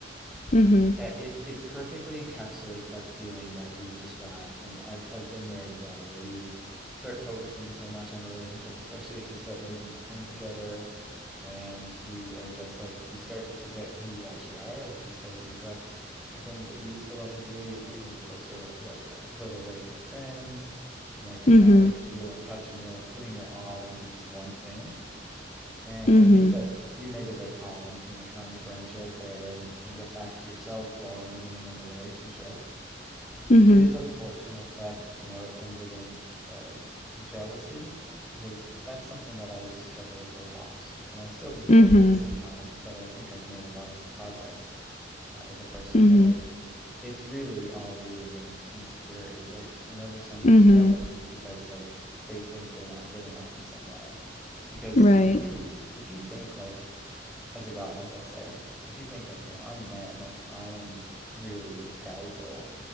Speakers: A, on the left; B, in the centre.
A: Mm-hmm.
B: Uh, It it perfectly encapsulates that feeling that you described, and I've I've been there as well, where you start focusing so much on a relationship, especially if you start moving in together. and you are just like you start to forget who you actually are like you start to neglect the things that you used to love to do you might move closer like uh, further away from friends you might just
A: Mm-hmm.
B: not like feel in touch and you're like putting your all into this one thing and
A: Mm-hmm.
B: I think that you made the right call in you know trying to branch out there and and get back to yourself while remaining in the relationship
A: Mm-hmm.
B: it is unfortunate that, you know, it ended in uh, jealousy because that's something that I used to struggle with a lot. And I still do struggle
A: Mm-hmm.
B: with sometimes, but I think I've made a lot of progress uh, as a person.
A: Mm-hmm.
B: But like, it's really all rooted in insecurity. Like, whenever somebody's
A: Mm-hmm.
B: jealous, it's because like they think they're not good enough in some way. Because
A: Right.
B: if you, if you think like, as a guy, let's say, if you think like, you know, I'm the man, like I am really valuable,